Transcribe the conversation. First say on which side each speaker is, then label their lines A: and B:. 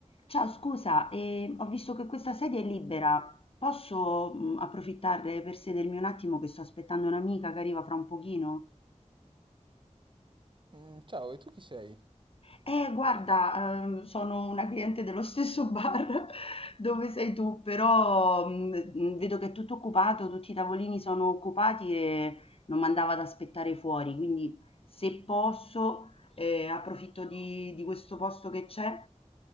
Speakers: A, on the left (about 50°); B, on the right (about 40°).
A: Ciao, scusa, ehm, ho visto che questa sedia è libera. Posso, mh, approfittare per sedermi un attimo che sto aspettando un'amica che arriva fra un pochino?
B: Mm, ciao, e tu chi sei?
A: Eh, guarda, ehm, sono una cliente dello stesso bar <laughs> dove sei tu, però mh, mh, vedo che è tutto occupato, tutti i tavolini sono occupati e non mandava ad aspettare fuori, quindi se posso, eh, approfitto di, di questo posto che c'è.